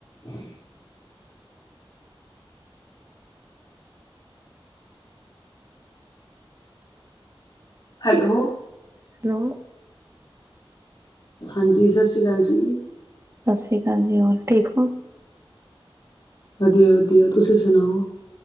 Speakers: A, on the left (about 50°); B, on the right (about 30°).
A: ਹੂੰ, hello,
B: hello,
A: ਹਾਂਜੀ ਸਤਿ ਸ਼੍ਰੀ ਅਕਾਲ ਜੀ।
B: ਸਤਿ ਸ਼੍ਰੀ ਅਕਾਲ ਜੀ, ਹੋਰ ਠੀਕ ਔ?
A: ਵਧੀਆ-ਵਧੀਆ। ਤੁਸੀਂ ਸੁਨਾਓ?